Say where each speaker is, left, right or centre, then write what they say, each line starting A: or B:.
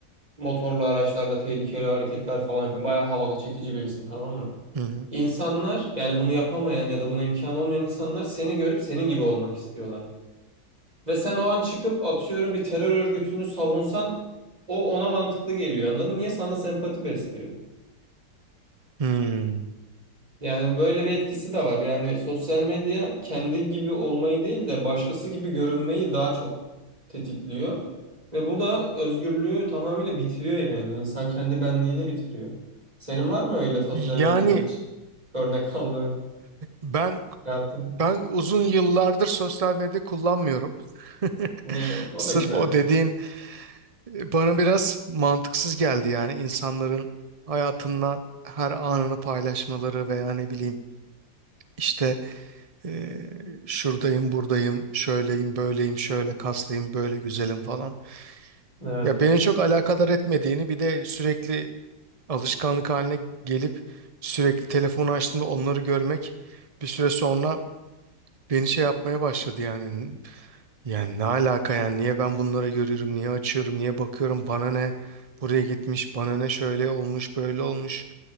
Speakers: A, on the right; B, on the right.
A: motorlu araçlarla tehlikeli hareketler falan yapıyorsun. Bayağı havalı, çekici birisin tamam mı?
B: Hı hı.
A: İnsanlar yani bunu yapamayan ya da buna imkan olmayan insanlar seni görüp senin gibi olmak istiyorlar. Ve sen o an çıkıp atıyorum bir terör örgütünü savunsan o ona mantıklı geliyor anladın mı? Niye sana sempati besliyor?
B: Hmm.
A: Yani böyle bir etkisi de var. Yani sosyal medya kendi gibi olmayı değil de başkası gibi görünmeyi daha çok tetikliyor. Ve bu da özgürlüğü tamamıyla bitiriyor yani. İnsan kendi benliğini bitiriyor. Senin var mı öyle sosyal
B: Yani
A: medyada hiç örnek <laughs> aldığın,
B: ben
A: yaptın?
B: ben uzun yıllardır sosyal medya kullanmıyorum. <laughs>
A: Ne, o
B: Sırf
A: da güzel
B: o
A: bir
B: dediğin
A: şey.
B: E, Bana biraz mantıksız geldi yani insanların hayatında her anını paylaşmaları veya ne bileyim işte e, şuradayım buradayım şöyleyim böyleyim şöyle kaslıyım böyle güzelim falan.
A: Evet.
B: Ya beni çok alakadar etmediğini bir de sürekli alışkanlık haline gelip sürekli telefonu açtığımda onları görmek bir süre sonra beni şey yapmaya başladı yani Yani ne alaka yani niye ben bunları görüyorum, niye açıyorum, niye bakıyorum, bana ne buraya gitmiş, bana ne şöyle olmuş, böyle olmuş.